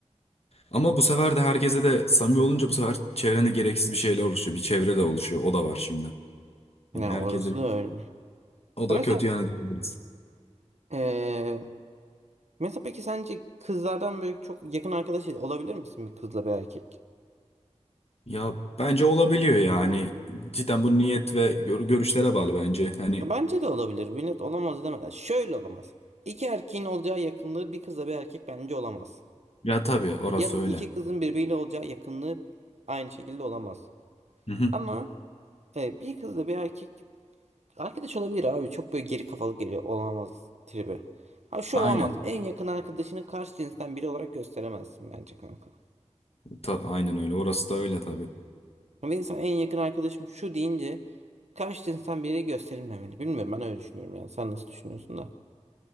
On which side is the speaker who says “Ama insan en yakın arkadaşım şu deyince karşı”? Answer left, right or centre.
Right